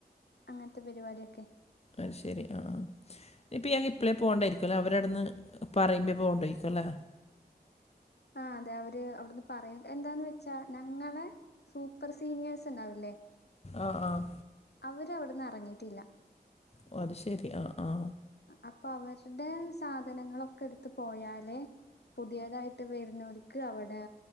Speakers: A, on the left; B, on the left.
A: അങ്ങനത്തെ പരിപാടിയൊക്കെ.
B: അത് ശരി ആ ആ. ഇപ്പ യാ ഇപ്പോളേ പോണ്ടായിരിക്കുവല്ലോ അവര അവിടുന്ന് പറയുമ്പ പോകണ്ടയിരിക്കുവല്ലേ
A: ആഹ അതെ അവര് അവിടുന്ന് പറയും എന്താന്ന് വെച്ചാ ഞങ്ങളെ സൂപ്പർ സീനിയേഴ്സ് ഉണ്ടാവൂില്ലേ
B: ആഹ് ആഹ്
A: അവര് അവ്ട്ന്ന് എറങ്ങിയിട്ടില്ല.
B: ഓ അത് ശരി ആ ആഹ.
A: അപ്പൊ അവരുടെ സാധനങ്ങളൊക്കെ എടുത്ത് പോയാലേ പുതിയതായിട്ട് വരുന്നോര്ക്ക് അവിടെ